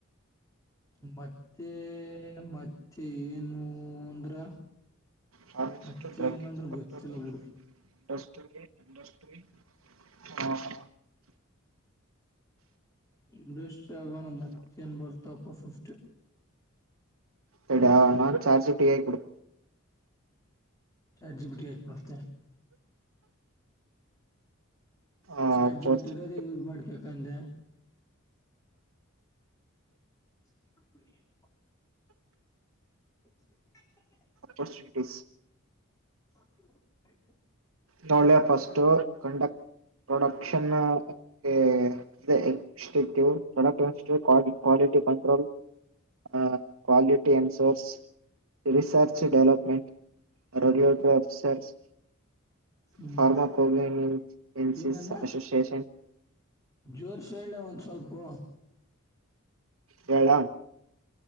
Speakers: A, on the left; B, on the right.
A: ಮತ್ತೆ ಮತ್ತೆ ಏನು ಅಂದ್ರ
B: ಫಾರ್ಮಸಿಸ್ಟ್
A: ಮತ್ತೆ
B: ಡ್ರಗ್
A: ನಂದ್ರ
B: ಇನ್ಸ್ಪೆಕ್ಟರ್
A: ಗೊತ್ತಿಲ್ಲ ಬುಡು.
B: ಇಂಡಸ್ಟ್ರಿ ಇಂಡಸ್ಟ್ರಿ ಹ
A: ಇಂಡಸ್ಟ್ರಿ ಅಲ್ವೇನ ಮತ್ತೇನ್ ಬರ್ತಾವಪ ಫಿಫ್ಟಿ.
B: ತಡಿಯ ನಾನ್ ಚಾರ್ಜ್ ಜಿಟಿ ಯಾಗ್ ಹುಡ್
A: ಚಾರ್ಟ್ ಜಿ ಬಿ ಟಿ ಯಾಕ್ ನೋಡ್ತೇ
B: opportunity
A: ಚಾರ್ಟ್ ಜಿ ಬಿ ಟಿ ಇರೋದೆ use ಮಾಡ್ಕಕಂದೆ. <unintelligible> <inaudible>
B: First it is
A: <unintelligible>
B: ತಗೊಳ್ಳೆ first ಕಂಡಕ್ production ಗೆ ಅದೆ ಎಕ್ಸ್ಟ್ಯೂಟಿವ್ ಪ್ರೊಡಕ್ಷ್ ಕ್ವಾ ಕ್ವಾಲಿ ಸಿಟಿ ಕಂಟ್ರೋಲ್ ಆ quality and source research development regulatory officers
A: hmm
B: pharma ಕೊಗ್ಲನಿನ್ ಇಂಸಿಸ್
A: ಏನೇನ
B: ಅಾಸೋಸಿಯೇಶನ್.
A: ಜೋರ್ಸ್ ಹೇಳೆ ಒಂದ್ ಸ್ವಲ್ಪು
B: ಹೇಳ